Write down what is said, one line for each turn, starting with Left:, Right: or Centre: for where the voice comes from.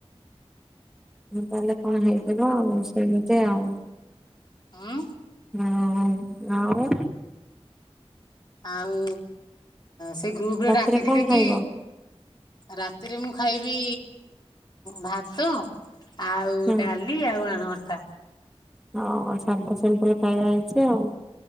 Centre: ତାହଲେ କଣ ହେଇଥିବ ଆଉ ସେମିତି ଆଉ
Left: ଉଁ
Centre: ହଁ ଆଉ
Left: ଆଉ ସେ ଗ୍ରୁପ ରେ
Centre: ରାତିରେ
Left: ଡାକିଥିଲେ
Centre: କଣ ଖାଇବ?
Left: କି ରାତି ରେ ମୁଁ ଖାଇବି ଭାତ ଆଉ
Centre: ହଁ
Left: ଡାଲି ଆଉ ଆଳୁ ଭର୍ତା
Centre: ହଁ ସାଧା ସିମ୍ପଲ ଖାଇବା ହେଇଛି ଆଉ